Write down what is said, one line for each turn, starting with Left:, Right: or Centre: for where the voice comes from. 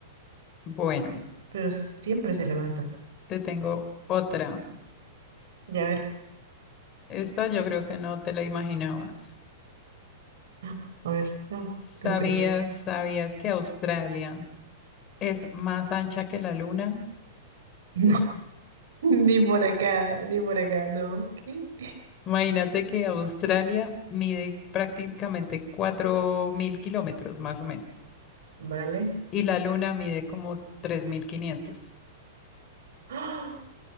Left: Bueno,
Right: Pero siempre se levantan.
Left: te tengo otra.
Right: Ya a ver.
Left: Esta yo creo que no te la imaginabas.
Right: Ah, A ver. No,
Left: ¿Sabías,
Right: tengo curiosidad.
Left: sabías que Australia es más ancha que la luna?
Right: No, <laughs> ni por acá, ni por acá, no. ¿Qué?
Left: Imagínate que Australia mide prácticamente 4.000 kilómetros, más o menos.
Right: Vale.
Left: Y la luna mide como tres mil quinientos
Right: ¡Ah!